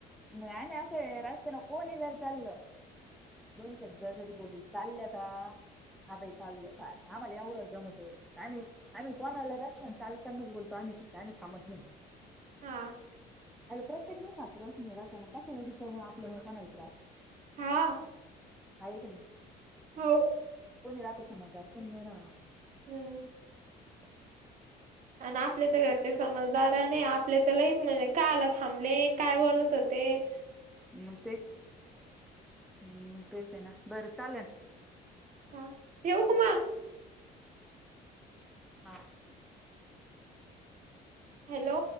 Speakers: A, in the centre; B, on the right (about 50°).
A: मग आम्ही असं रस्त्यान कोणी जर चाललं दोन शब्द जरी बोलू चालल्या का हा बाई चाललो फार आम्हाला एवढ्यावर जमत आम्ही आम्ही कोणाला अस चालतानाच बोलतो आम्ही सुद्धा आम्ही थांबत नाही.
B: हा.
A: अणि प्रत्येक सासुरवासिन राहते मग कशाला रिकामं आपल्या मुळे कोणाला त्रास.
B: हा.
A: हाय की नाय.
B: हो.
A: कोणी राहत समजदार कोणी नाही राहत.
B: हम्म.
A: <unintelligible>
B: आणि आपले तर घरचे समजदारने आपल्या तर लईच म्हणजे काह्याला थांबले काय बोलत होत ते ते.
A: मग तेच हम्म मग तेच हे ना बरं चालेल
B: हा ठेऊ का मग.
A: हा.
B: हॅलो.